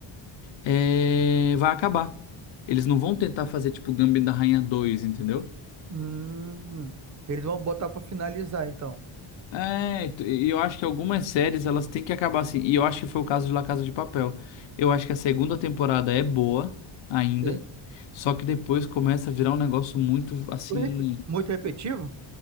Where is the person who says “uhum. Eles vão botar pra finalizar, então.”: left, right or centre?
Right